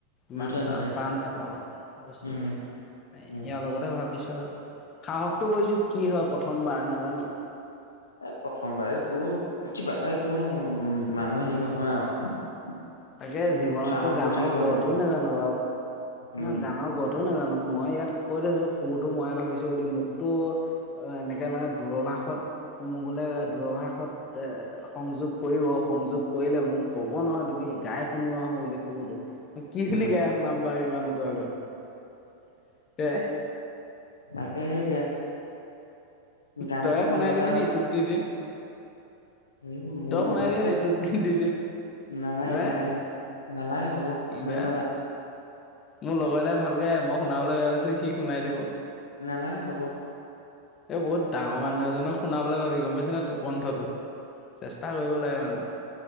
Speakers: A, on the left; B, on the left.
A: ইমান
B: নুঠে
A: এটা
B: নুঠে
A: প্ৰাণ নাপাব বস্তুটোত।
B: উম
A: ইয়াৰ
B: উম
A: লগতে ভাবিছোঁ আৰু সাহসটো কৰিছোঁ। কি হয়, প্ৰথমবাৰ নাজানো
B: এ, প্ৰথমবাৰ, একো কিবা এটা, একো নহয়। মানুহ হেৰি নহয় আৰু
A: তাকে জীৱনততো,
B: সাহসটো
A: গানৰ
B: থাকিব
A: গঢ়টোও
B: লাগে
A: নাজানো বাৰু
B: উম
A: নহয়, গানৰ গটো নাজানো। মই ইয়াত কৈ থৈছোঁ, সুৰটো মই ভাবিছোঁ বুলি। মোকতো আ এনেকে, মানে, দূৰভাষত। মোৰ গ'লে, দূৰভাষত এ, সংযোগ কৰিব। সংযোগ কৰিলে মোক ক'ব, নহয় তুমি গাই শুনোৱা বুলি, সুৰটো কি খিনি
B: উম
A: গাই শুনাম বাৰু এই মানুহটোৰ আগত? এহ
B: তাকেহে, এতিয়া গান
A: তইয়েই
B: গোৱা
A: শুনাই
B: মানুহ এটা
A: দিবি নি? তোক দি দিম।
B: উম, মোৰ
A: তই শুনাই
B: এইবিলাক,
A: দিয়া
B: ধেৎ,
A: নি তোক দি দিম
B: নালাগে, নালাগে।
A: এ
B: নালাগে, হ'ব।
A: বেয়া
B: ধন্যবাদ।
A: মোৰ লগৰ এটাই ভাল গায়। মই শুনাবলৈ ভাবিছোঁ। সি শুনাই দিব
B: নালাগে, হ'ব।
A: এ, বহুত ডাঙৰ মানুহ এজনক শুনাবলৈ যাবি। গম পাইছে নে তোৰ কণ্ঠটো? চেষ্টা কৰিব লাগে, মানে